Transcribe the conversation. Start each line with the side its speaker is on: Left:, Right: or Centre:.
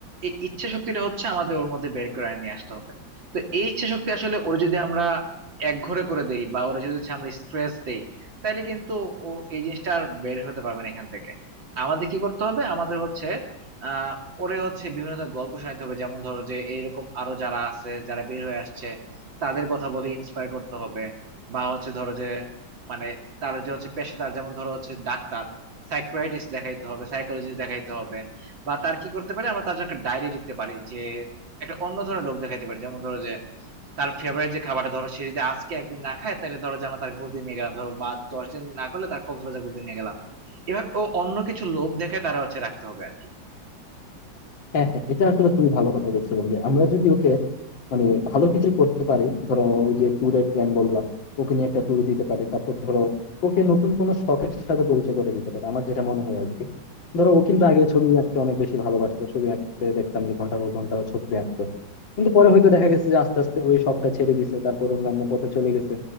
Right: এই ইচ্ছে শক্তিটা হচ্ছে আমাদের ওর মধ্যে বের করে নিয়ে আসতে হবে তো এই ইচ্ছে শক্তি আসলে ওর যদি আমরা একঘরে করে দেই বা ওর যদি হচ্ছে আমরা স্ট্রেস দেই তাহলে কিন্তু ও এই জিনিসটা আর বের হতে পারবে না এখান থেকে আমাদের কি করতে হবে আমাদের হচ্ছে আহ ওরে হচ্ছে বিভিন্ন ধরনের গল্প শোনাতে হবে যেমন ধরো যে এইরকম আরো যারা আছে যারা বের হয়ে আসছে তাদের কথা বলে ইন্সপায়ার করতে হবে বা হচ্ছে ধরো যে মানে তার যে হচ্ছে পেশাদার যেমন ধরো হচ্ছে ডাক্তার সাইকিয়াট্রিস্ট দেখাইতে হবে সাইকোলজিস্ট দেখাইতে হবে বা তার কি করতে পারি আমরা তার জন্য একটা ডায়েরি লিখতে পারি যে একটা অন্য ধরনের রোগ দেখাইতে পারি যেমন ধরো যে তার ফেভারিট যে খাবারটা ধরো সে যদি আজকে একদিন না খায় তাহলে ধরো যে আমরা তার ঘুরতে নিয়ে গেলাম ধরো বা দশ দিন না করলে তার কক্সবাজার ঘুরতে নিয়ে গেলাম এভাবে ও অন্য কিছু লোভ দেখে তারা হচ্ছে রাখতে হবে আর কি
Left: হ্যাঁ হ্যাঁ এটা আসলে খুবই ভালো কথা বলছো বন্ধু আমরা যদি ওকে মানে ভালো কিছু করতে পারি ধরো ওই যে ট্যুরের প্ল্যান বললাম ওকে নিয়ে একটা ট্যুর দিতে পারি তারপর ধরো ওকে নতুন কোনো শখের সাথে পরিচয় করে দিতে পারি আমার যেটা মনে হয় আর কি ধরো ও কিন্তু আগে ছবি আঁকতে অনেক বেশি ভালোবাসতো ছবি আঁকতে দেখতাম যে ঘন্টার পর ঘন্টা ও ছবি আঁকতো কিন্তু পরে হয়তো দেখা গেছে যে আস্তে আস্তে ওই শখটা ছেড়ে দিছে তারপর অন্যান্য পথে চলে গেছে